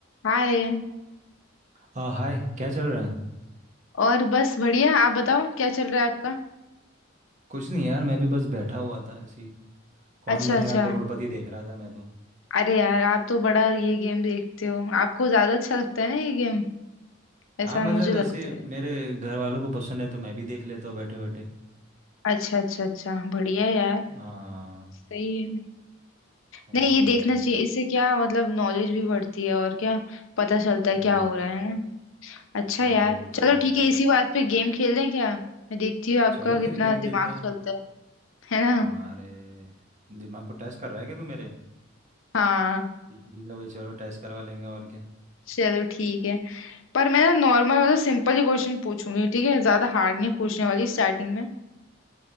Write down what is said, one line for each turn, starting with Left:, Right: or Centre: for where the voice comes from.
Left: हाय
Right: आ, हाय क्या चल रहा है
Left: और बस बढ़िया आप बताओ क्या चल रहा है आपका
Right: कुछ नहीं यार मैं भी बस बैठा हुआ था ऐसी कौन
Left: अच्छा
Right: बनेगा
Left: अच्छा
Right: करोड़पति देख रहा था मैं तो
Left: अरे यार आप तो बड़ा ये गेम देखते हो आपको ज्यादा अच्छा लगता है ना ये गेम ऐसा
Right: हाँ मतलब
Left: मुझे लगता
Right: ऐसे
Left: है
Right: मेरे घर वालों को पसंद है तो मैं भी देख लेता हूँ बैठे बैठे
Left: अच्छा अच्छा अच्छा बढ़िया है यार
Right: हाँ
Left: सही है
Right: वो
Left: नहीं
Right: तो
Left: ये देखना
Right: है
Left: चाहिए इससे क्या मतलब नॉलेज भी बढ़ती है और क्या पता चलता है
Right: हम्म
Left: क्या हो रहा है ना अच्छा
Right: हाँ
Left: यार
Right: वो तो
Left: चलो
Right: है
Left: ठीक है इसी बात पे गेम खेल लें क्या मैं देखती हूँ आपका
Right: चलो
Left: कितना
Right: फिर गेम खेलते
Left: दिमाग
Right: हैं
Left: चलता है है
Right: हाँ
Left: ना
Right: अरे दिमाग को टेस्ट कर रहा है क्या तू मेरे
Left: हाँ
Right: ठीक है भाई चलो टेस्ट करवा लेंगे और क्या
Left: चलो ठीक है पर मैं ना नॉर्मल वाला सिंपल ही क्वेश्चन पूछूंगी ठीक है ज्यादा हार्ड नहीं पूछने वाली स्टार्टिंग में